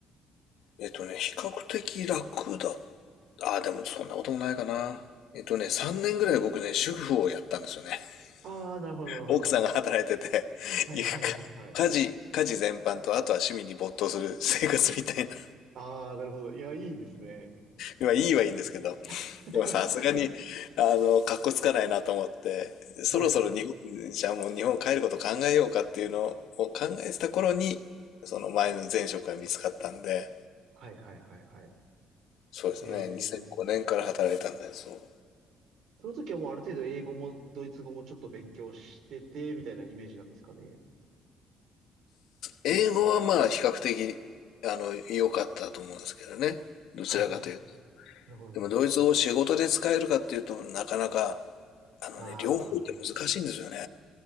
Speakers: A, on the left; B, on the right.
A: えっとね、比較的楽だ。ああ、でもそんなこともないかな。えっとね、3年ぐらい僕ね、主婦をやったんですよね。
B: ああー、なるほど、
A: <laughs>
B: なるほど。
A: 奥さんが働いてて、
B: はいはいはいはい。
A: いうか、家事、家事全般と、あとは趣味に没頭する生活みたいな。
B: ああ、なるほど。いや、いいですね。
A: 今いいはいいんですけど、
B: はい。<laughs>
A: でもさすがに、あの、かっこつかないなと思って、そろそろ日本、
B: はい
A: じゃあもう日本帰ること考えようかっていうのを考えてた頃に、その前の前職が見つかったんで、
B: はいはいはいはい。
A: そうですね、
B: え
A: 2005年から働いたんで、
B: ー、
A: そう。
B: その時はもうある程度英語もドイツ語もちょっと勉強してて、みたいなイメージなんですかね。
A: 英語はまあ比較的、あの、良かったと思うんですけどね。どちらかというと。
B: はいはい。なるほど、なるほど。
A: でもドイツ語を仕事で使えるかっていうとなかなか、あのね、
B: あ
A: 両方って難しいんですよね。